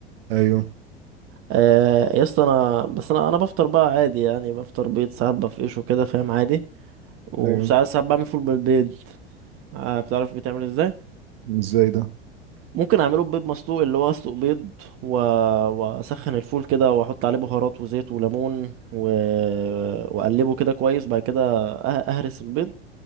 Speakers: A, on the right; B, on the right.
A: ايوه
B: آه يا اسطى انا بس انا انا بفطر بقى عادي يعني بفطر بيض ساعات بفقشه كده فاهم عادي وساعات
A: ايوه
B: ساعات بعمل فول بالبيض آه، بتعرف بيتعمل ازاي
A: ازاي ده
B: ممكن اعمله ببيض مسلوق اللي هو اسلق بيض و... واسخن الفول كده واحط عليه بهارات وزيت وليمون و... واقلبه كده كويس بعد كده أه- اهرس البيض